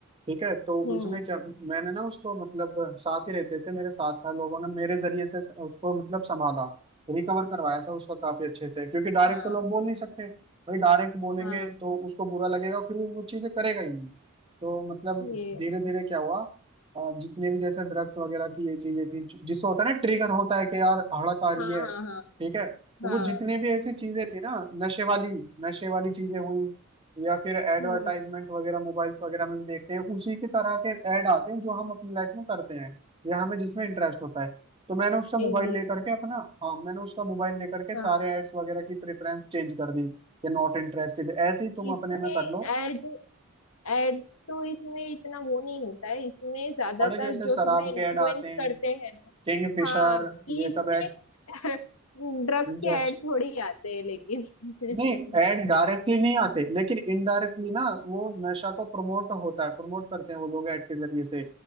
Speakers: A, on the right; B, on the left.
A: ठीक है तो
B: हम्म
A: उसने क्या मैंने ना उसको मतलब साथ ही रहते थे मेरे साथ था लोगों ने मेरे जरिए से उसको मतलब संभाला रिकवर करवाया था उसका काफी अच्छे से क्योंकि डायरेक्ट
B: हाँ
A: तो लोग बोल नहीं सकते भाई डायरेक्ट बोलेंगे
B: हाँ
A: तो उसको बुरा लगेगा फिर वो वो चीजें करेगा ही नहीं तो मतलब
B: ये
A: धीरे धीरे क्या हुआ अ, जितने भी जैसे ड्रग्स वगैरह की ये चीजें थी जिससे होता है ना ट्रिगर होता है कि यार हड़क आ रही
B: हाँ
A: है
B: हाँ हाँ
A: ठीक है तो
B: हाँ
A: वो जितने भी ऐसी चीजें थी ना नशे वाली नशे वाली चीजें हुई या फिर एडवर्टाइजमेंट
B: हम्म
A: वगैरह मोबाइल्स वगैरह में भी देखते हैं उसी की तरह के ऐड आते हैं जो हम अपनी लाइफ में करते हैं या हमें जिसमें इंटरेस्ट होता है तो मैंने उसका मोबाइल
B: ये है, ये
A: लेकर
B: है।
A: के अपना हाँ मैंने उसका मोबाइल लेकर के
B: हाँ
A: सारे एड्स वगैरह की प्रेफरेंस चेंज कर दी कि नॉट इंटरेस्टेड ऐसे ही तुम
B: इसमें
A: अपने में कर लो
B: एड एड्स तो इसमें इतना वो नहीं होता है इसमें ज्यादातर
A: अरे जैसे
B: जो
A: शराब
B: तुम्हें इन्फ्लुएंस
A: के ऐड आते हैं
B: करते हैं ना
A: किंग फिशर
B: हाँ ये
A: ये
B: इसमें
A: सब
B: <laughs> ड्रग्स के
A: एड्स
B: एड थोड़ी आते हैं लेकिन
A: नहीं ऐड डायरेक्टली नहीं आते लेकिन इनडायरेक्टली ना वो नशा को प्रमोट होता है प्रमोट करते हैं वो लोग ऐड के जरिए से